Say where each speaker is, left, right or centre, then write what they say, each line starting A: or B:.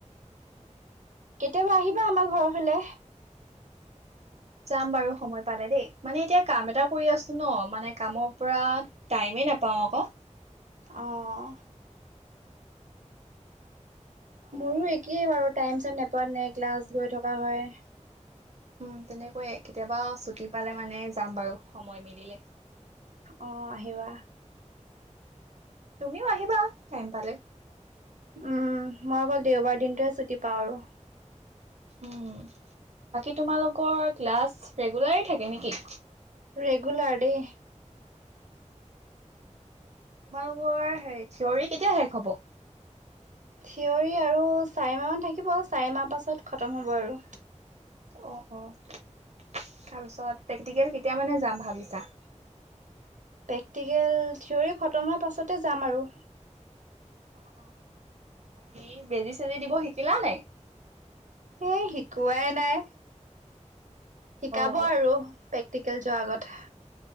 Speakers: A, on the right; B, on the right.
A: কেতিয়াবা আহিবা আমাৰ ঘৰৰ ফালে।
B: যাম বাৰু সময় পালে দেই মানে এতিয়া কাম এটা কৰি আছো ন মানে কামৰ পৰা টাইম নাপাওঁ আকৌ।
A: অঁ মোৰো একেই বাৰু টাইম চাইম নেপোতেনে ক্লাছ গৈ থকা হয়।
B: উম তেনেকোৱাই কেতিয়াবা ছুটি পালে মানে যাম বাৰু সময় মিলিলে।
A: অ আহিবা।
B: তুমিও আহিবা টাইম পালে।
A: উম মই অকল দেওবাৰ দিনটোহে ছুটি পাওঁ আৰু।
B: উম বাকী তোমালোকৰ ক্লাছ ৰেগুলাৰেই থাকে নেকি?
A: ৰেগুলাৰ দেই।
B: তোমালোকৰ হে থিয়ৰী কেতিয়া শেষ হ'ব?
A: থিয়ৰী আৰু চাৰি মাহমান থাকিব চাৰি মাহ পাছত খতম হ'ব আৰু।
B: অ অ তাৰপিছত টেকনিকেল কেতিয়া মানে যাম ভাবিছা?
A: প্ৰেক্টিকেল থিয়ৰী খতম হোৱাৰ পাছতে যাম আৰু।
B: অ অ বাকী বেজি -চেজি দিব শিকিলা নাই?
A: এ শিকোৱাই নাই। শিকাব
B: অ',
A: আৰু প্ৰেক্টিকেল যোৱাৰ আগত।